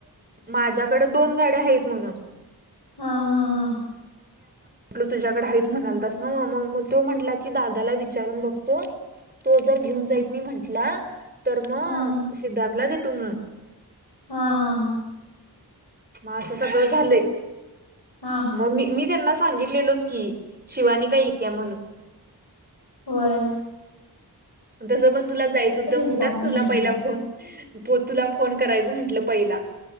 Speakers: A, on the right (about 25°); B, on the left (about 85°).
A: माझ्या कड दोन गाड्या आहेत म्हणून.
B: हा हा हां.
A: तुझ्याकड हत म्हणालतस नव्ह, म तो म्हटला की दादाला विचारून बघतो. तो जर घेऊन जाईत मी म्हंटला तर मग
B: हा हा
A: सिद्धार्थला देतो म्हणून.
B: हा हा हां.
A: मग असं सगळं झालंय
B: हा हा
A: मग मी मी त्यांना सांगितलेलोच. कि शिवानी काही येत्या म्हणून.
B: व्हय.
A: जसं पण तुला जायच होतं म्हणतात
B: रिकामी
A: तुला
B: हम्म
A: पहिला फोन प तुला फोन करायचं म्हंटलं पहिला.